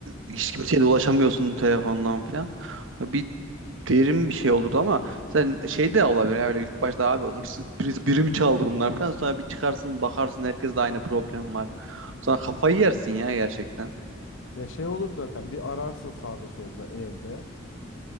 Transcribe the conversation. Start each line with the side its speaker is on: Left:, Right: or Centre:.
Right: hiç kimseye de ulaşamıyorsun telefondan falan. Bir derin bir şey olurdu ama sen şey de olabilir. Yani böyle ilk başta abi hırsız birisi birim çaldı bunlar falan. Sonra bir çıkarsın bakarsın herkes de aynı problem var. Sonra kafayı yersin ya gerçekten.
Left: Ya şey olur zaten bir ararsın sağda solda evde